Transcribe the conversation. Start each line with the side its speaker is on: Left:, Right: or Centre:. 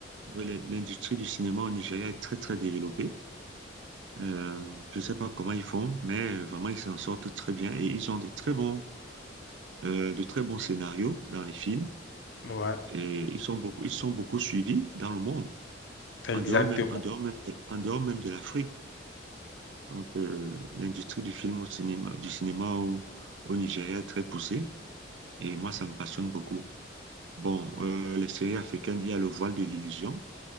Right: oui, le- l'industrie du cinéma au Nigeria est très, très développée. Euh, je ne sais pas comment ils font, mais euh, vraiment, ils s'en sortent très bien et ils ont des très bons, euh, de très bons scénarios dans les films
Left: Mhm. Ouais,
Right: et ils sont beaucoup, ils sont beaucoup suivis dans le monde,
Left: exactement.
Right: en dehors même, en dehors même, de- en dehors même de l'Afrique. Donc, euh, l'industrie du film au cinéma, du cinéma au, au Nigeria est très poussée et moi, ça me passionne beaucoup. Bon, euh, les séries africaines, il y a Le Voile de l'illusion,